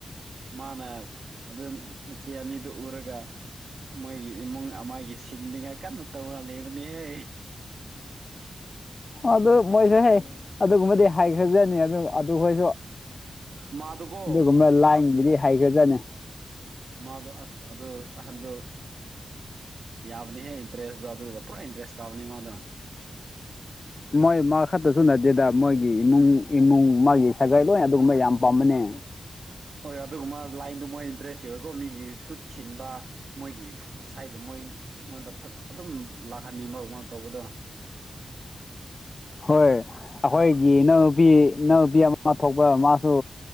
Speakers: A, on the right; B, on the left.
A: ꯃꯥꯅ ꯑꯗꯨ ꯏꯆꯦ ꯑꯅꯤꯗꯖ ꯎꯔꯒ ꯃꯣꯏꯒꯤ ꯏꯃꯨꯡ ꯑꯃꯒꯤ ꯁꯤꯟꯅꯤꯡꯉꯥꯏ ꯀꯟꯅ ꯇꯧꯔ ꯂꯩꯕꯅꯤꯍꯦ꯫
B: ꯑꯗꯨ ꯃꯣꯏꯁꯨ ꯍ ꯑꯗꯨꯒꯨꯝꯕꯗꯤ ꯍꯥꯏꯈ꯭ꯔꯖꯅꯤ ꯑꯗꯨ ꯑꯗꯨ ꯍꯣꯏꯁꯨ꯫
A: ꯃꯥꯗꯨꯀꯣ
B: ꯑꯗꯨꯒꯨꯝꯕ
A: ꯑꯁ
B: ꯂꯥꯏꯟꯒꯤꯗꯤ ꯍꯩꯒ꯭ꯔꯖꯅꯤ꯫
A: ꯃꯥꯗꯣ ꯑꯁ ꯑꯁ ꯑꯗꯨ ꯑꯍꯟꯗꯨ ꯌꯥꯕꯅꯤꯍꯦ ꯏꯟꯇꯔꯦꯁꯒꯗꯨꯗ ꯄꯨꯔꯥ ꯏꯟꯇꯔꯦꯁ ꯀꯥꯕꯅꯤ ꯃꯥꯗꯣ꯫
B: ꯃꯣꯏ ꯃꯥ ꯈꯛꯇꯁꯨ ꯅꯗꯦꯗ ꯃꯣꯏꯒꯤ ꯏꯃꯨꯡ ꯏꯃꯨꯡ ꯃꯥꯒꯤ ꯁꯥꯒꯩ ꯂꯣꯏ ꯑꯗꯨꯒꯨꯝꯕ ꯌꯥꯝ ꯄꯥꯝꯕꯅꯦ꯫
A: ꯍꯣꯏ ꯑꯗꯨꯒꯨꯝꯕ ꯂꯥꯏꯟꯗꯨ ꯃꯣꯏ ꯏꯟꯇꯔꯦꯁ ꯌꯎꯋꯦꯀꯣ ꯃꯤꯒꯤ ꯁꯨꯠ ꯁꯤꯟꯕ ꯃꯣꯏꯒꯤ ꯁꯥꯏꯗ ꯃꯣꯏ ꯑꯩꯉꯣꯟꯗ ꯐꯣ ꯑꯗꯨꯝ ꯂꯥꯛꯍꯟꯅꯤꯡꯕꯃ ꯇꯧꯕꯗꯣ
B: ꯍꯣꯏ ꯑꯈꯣꯏꯒꯤ ꯏꯅꯥꯎꯅꯨꯄꯤ ꯏꯅꯥꯎꯄꯤ ꯑꯃ ꯊꯣꯛꯄ ꯃꯥꯁꯨ